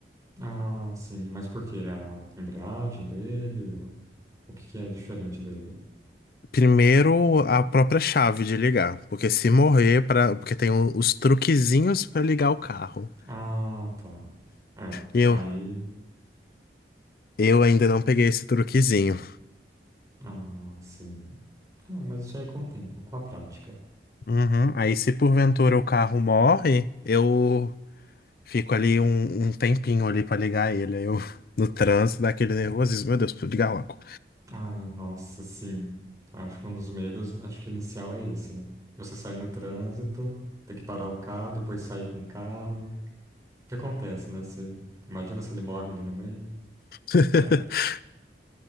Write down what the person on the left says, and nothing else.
Primeiro, a própria chave de ligar. Porque se morrer, pra, porque tem o- os truquezinhos pra ligar o carro.
E eu,
Eu ainda não peguei esse truquezinho.
Uhum. Aí, se porventura o carro morre, eu fico ali um, um tempinho ali pra ligar ele. Aí eu, no trânsito, dá aquele nervosismo. Meu Deus, preciso ligar logo.
<laughs>